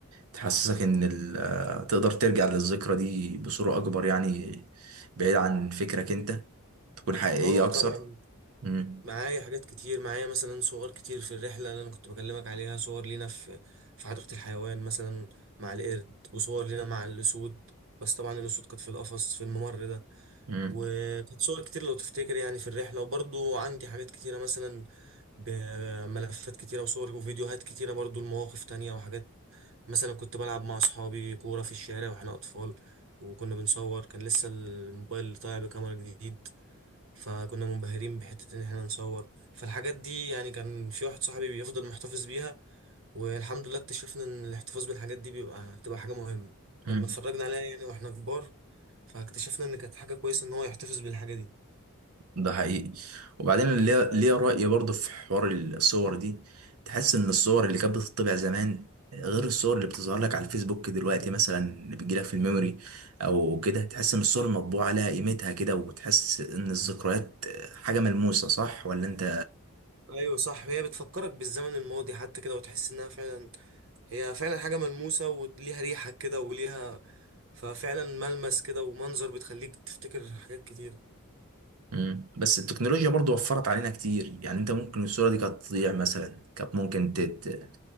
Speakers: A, on the right; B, on the right.
A: تحسسك ان ال- تقدر ترجع للذكرى دي بصورة اكبر يعني بعيد عن فكرك انت تكون حقيقية
B: اه
A: اكثر
B: طبعا
A: مم.
B: معايا حاجات كتير معايا مثلا صور كتير في الرحلة اللي أنا كنت بكلمك عليها صور لينا في في حديقة الحيوان مثلا مع القرد وصور لينا مع الأسود بس طبعا الأسود كانت في القفص في الممر ده
A: مم.
B: وكانت صور كتير لو تفتكر يعني في الرحلة وبرضو عندي حاجات كتيرة مثلا بملفات كتيرة وصور وفيديوهات كتيرة برضو لمواقف تانية وحاجات مثلا كنت بلعب مع أصحابي كورة في الشارع وإحنا أطفال وكنا بنصور كان لسه الموبايل طالع بكاميرا جديد فكنا منبهرين بحتة إن إحنا نصور فالحاجات دي يعني كان في واحد صاحبي بيفضل محتفظ بيها والحمد لله اكتشفنا إن الاحتفاظ بالحاجات دي بيبقى هتبقى حاجة مهمة
A: مم.
B: لما اتفرجنا عليها يعني وإحنا كبار فاكتشفنا إن كانت حاجة كويسة إن هو يحتفظ بالحاجة دي
A: ده حقيقي وبعدين ليا ليا رأي برضه في حوار الصور دي تحس ان الصور اللي كانت بتطبع زمان غير الصور اللي بتظهر لك على الفيسبوك دلوقتي مثلا اللي بتجيلك في الميموري او كده تحس ان الصور المطبوعة لها قيمتها كده وتحس ان الذكريات حاجة ملموسة صح ولا انت
B: أيوة صح هي بتفكرك بالزمن الماضي حتى كده وتحس إنها فعلا هي فعلا حاجة ملموسة وليها ريحة كده وليها ففعلا ملمس كده ومنظر بتخليك تفتكر حاجات كتير
A: مم. بس التكنولوجيا برضو وفرت علينا كتير يعني انت ممكن الصورة دي كانت تضيع مثلا كانت ممكن تت...